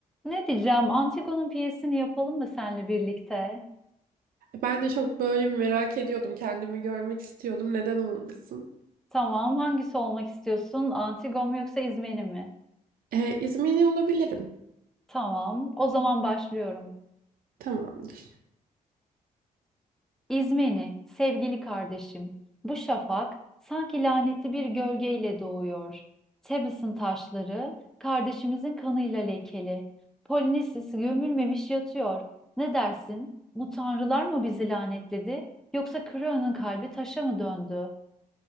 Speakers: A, in the centre; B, on the right (about 80°).
A: Ne diyeceğim? Antigone'un piyesini yapalım mı seninle birlikte?
B: Ben de çok böyle bir merak ediyordum. Kendimi görmek istiyordum. Neden olmasın?
A: Tamam. Hangisi olmak istiyorsun? Antigone mu yoksa İzmeni mi?
B: Ee, İzmirli olabilirim.
A: Tamam. O zaman başlıyorum.
B: Tamamdır.
A: İzmeni, sevgili kardeşim. Bu şafak sanki lanetli bir gölgeyle doğuyor. Tebes'in taşları kardeşimizin kanıyla lekeli. Polinisis gömülmemiş yatıyor. Ne dersin? Bu tanrılar mı bizi lanetledi? Yoksa Kreon'un kalbi taşa mı döndü?